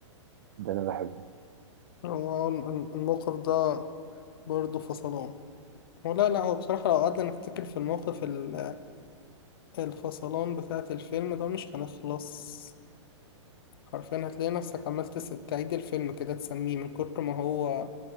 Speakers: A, on the right; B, on the left.
A: ده أنا بحبه
B: هو ال- الموقف ده برضه فصلان ولا لا هو بصراحة لو قعدنا نفتكر في الموقف ال- الفصلان بتاعة الفيلم ده مش هنخلص حرفيا هتلاقي نفسك عمال تس- تعيد الفيلم كده تسميه من كتر ما هو